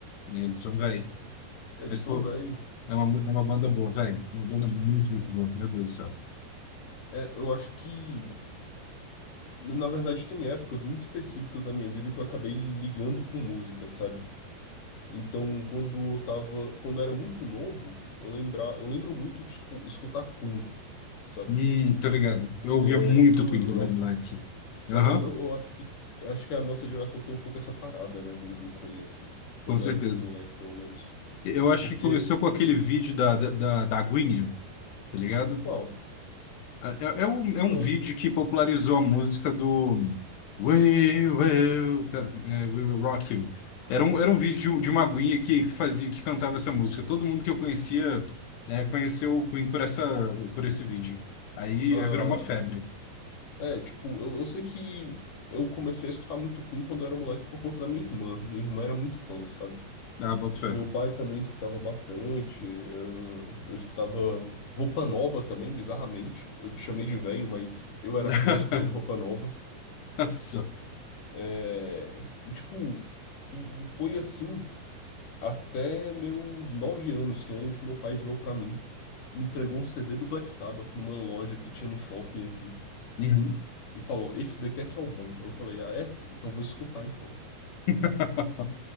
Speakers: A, on the left; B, on the left.
A: Eles são velho.
B: Eles
A: Mas,
B: são
A: pô,
B: velho.
A: é uma, é uma banda boa, velho. Uma banda muito, muito boa, meu Deus do céu.
B: É, eu acho que Na verdade, tem épocas muito específicas da minha vida que eu acabei ligando com música, sabe? Então, quando eu tava, quando eu era muito novo, eu lembrar, eu lembro muito de, tipo, escutar Queen, sabe?
A: Hum, tá ligado. Eu ouvia
B: É,
A: muito
B: We
A: Queen
B: Will
A: quando
B: Rock
A: era moleque.
B: You.
A: Aham,
B: É, eu, eu eu acho que, acho que a nossa geração tem um pouco essa parada, né, do, do Queen, assim, quando
A: com certeza.
B: é moleque, pelo menos.
A: Eu acho
B: Porque,
A: que começou com aquele vídeo da, da, da, da Gwyneth, tá ligado?
B: qual?
A: É, é é um,
B: Não.
A: é um vídeo que popularizou a música do We Will, tá, é, We Will Rock You. Era um, era um vídeo de um- de uma Gwyneth que, que fazia, que cantava essa música. Todo mundo que eu conhecia, é, conheceu o Queen por essa, por esse vídeo. Aí,
B: Ah,
A: aí virou uma febre.
B: é, tipo, eu, eu sei que eu comecei a escutar muito Queen quando eu era moleque por conta da minha irmã. Minha irmã era muito fã, sabe?
A: Ah, boto fé.
B: Meu pai também escutava bastante. ahn, Eu escutava Roupa Nova também, bizarramente. Eu te chamei de velho, mas eu era
A: <laughs>
B: criança escutando Roupa Nova.
A: Só.
B: É, E tipo, e, e foi assim até meus nove anos, que eu lembro que meu pai virou pra mim, me entregou um CD do Black Sabbath numa loja que tinha no shopping aqui
A: Uhum.
B: e falou: Esse daqui é que é o bom. Eu falei: Ah, é? Então vou escutar então.
A: <laughs>